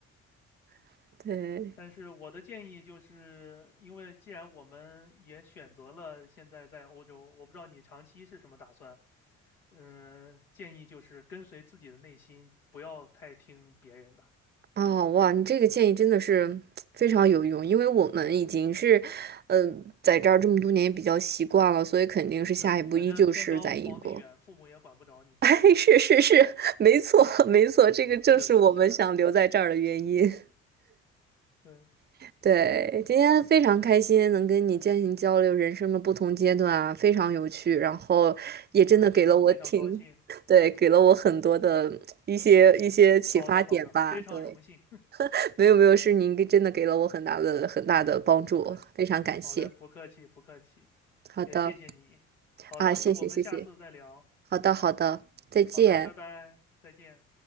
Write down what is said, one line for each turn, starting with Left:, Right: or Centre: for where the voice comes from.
Right: <laughs> 对，
Left: 但是我的建议就是，因为既然我们也选择了现在在欧洲，我不知道你长期是什么打算，嗯、建议就是跟随自己的内心，不要太听别人的。
Right: 哦，哇，你这个建议真的是非常有用，因为我们已经是，嗯、在这儿这么多年也比较习惯了，所以肯定是下一步依旧是在英国。
Left: 对，反正天高皇帝远，父母也管不着你。
Right: <laughs> 哎，是是是，没错没错，
Left: <laughs>
Right: 这个正是我们想留在这儿的原因。
Left: 是的，是的，是的，对，
Right: <laughs> 对，今天非常开心能跟你进行交流人生的不同阶段啊，非常有趣，然后也真的给了我挺，
Left: 我也觉得非常高兴。
Right: <laughs> 对，给了我很多的一些一些启发点吧，
Left: 好的，好的，非常荣幸。
Right: 对。没有没有，是您给真的给了我很大的很大的帮助，
Left: 好嘞，
Right: 非常感谢。
Left: 好嘞，不客气，不客气，
Right: 好的
Left: 也谢谢你。好的，
Right: 啊，谢谢谢谢。
Left: 那我们下次再聊。
Right: 好的好的，再见。
Left: 好的，拜拜，再见。